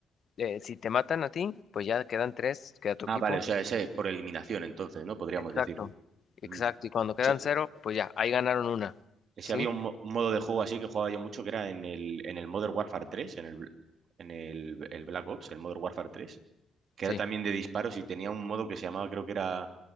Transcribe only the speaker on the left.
eh, si te matan a ti, pues ya quedan tres, queda tu
equipo.
Exacto.
Exacto,
y cuando quedan
cero, pues ya, ahí ganaron una.
¿Sí?
Sí,